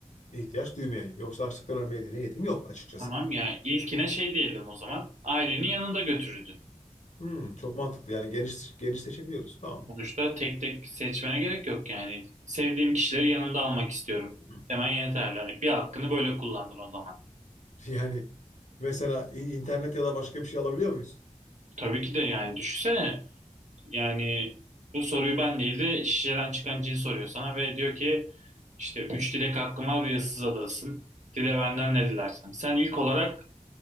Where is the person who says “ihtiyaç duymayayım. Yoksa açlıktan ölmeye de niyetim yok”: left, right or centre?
Left